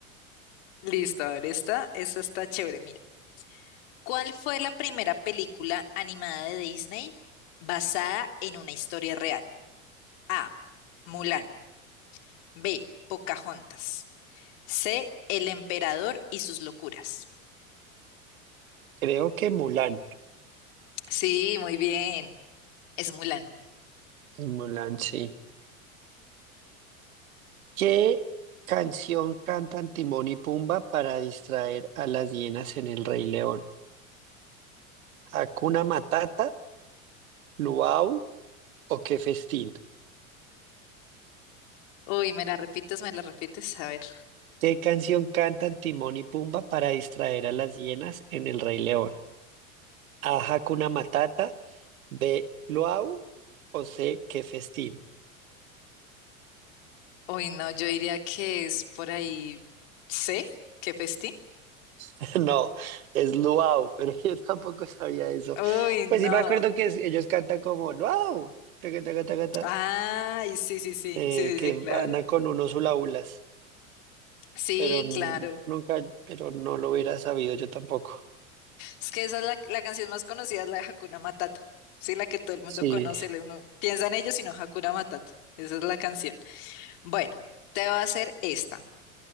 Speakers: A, on the left; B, on the right.
A: Listo, a ver, esta, esta está chévere, mira. ¿Cuál fue la primera película animada de Disney basada en una historia real? A. Mulan. B. Pocahontas. C. El emperador y sus locuras.
B: Creo que Mulan.
A: Sí, muy bien. Es Mulan.
B: Mulan, sí. ¿Qué canción cantan Timón y Pumba para distraer a las hienas en El Rey León? ¿Hakuna Matata, Luau o Qué Festín?
A: Uy, ¿me la repites? ¿Me la repites? A ver.
B: ¿Qué canción cantan Timón y Pumba para distraer a las hienas en El Rey León? A, Hakuna Matata, B, Luau o C, Qué Festín.
A: Uy, no, yo diría que es por ahí C. ¿Qué festín?
B: <laughs> No, es luau, pero <laughs> yo tampoco sabía eso.
A: Uy,
B: Pues
A: no.
B: sí me acuerdo que es- ellos cantan como luau, taca, taca, taca, ta,
A: Ay, sí, sí, sí.
B: eh,
A: Sí, sí,
B: que
A: sí, claro.
B: andan con unos hulahulas,
A: Sí,
B: pero n-
A: claro.
B: nunca, pero no lo hubiera sabido yo tampoco.
A: Es que esa es la, la canción más conocida, es la de Hakuna Matata. Sí, la que todo el mundo
B: Sí,
A: conoce, le- uno piensa en ellos, sino Hakuna Matata. Esa es la canción. Bueno, te voy a hacer esta.